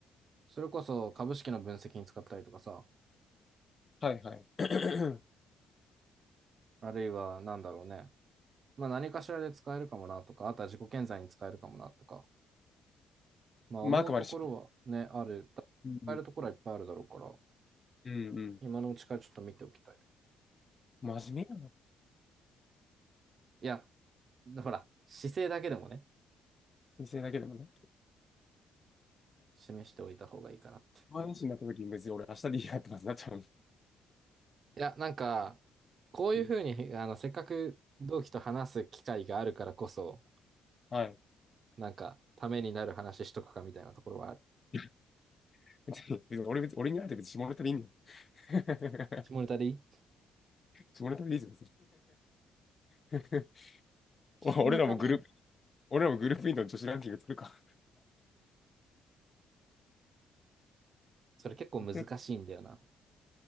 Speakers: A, on the right; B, on the left.
A: それこそ株式の分析に使ったりとかさ。
B: はいはい。<clears throat>
A: あるいは、なんだろうね。まあ何かしらで使えるかもなとか、あとは自己顕在に使えるかもなとか。まあ思うところはね、
B: マークまでし
A: ある。
B: うん、
A: 使えるところはいっぱいあるだろうから、
B: うん、うん。
A: 今のうちからちょっと見ておきたい。
B: 真面目やな。
A: いや、ほら、姿勢だけでもね、
B: 先生だけでもね。
A: 示しておいた方がいいかな。
B: 毎日になった時に別に俺明日でいいやってなっちゃう。
A: いや、なんか、こういうふうに、
B: うん
A: あの、せっかく同期と話す機会があるからこそ、
B: はい。
A: なんか、ためになる話しとくかみたいなところはある。
B: <laughs> 別に、別に俺別に、俺に会えて別に下ネタでいいんだよ。<laughs>
A: 下ネタでいい
B: それでもいいぞ。<laughs>
A: 下ネタね、
B: お俺らもグループ、俺らもグループインの女子ランキング作るか。
A: それ結構難しいんだよな。
B: <laughs>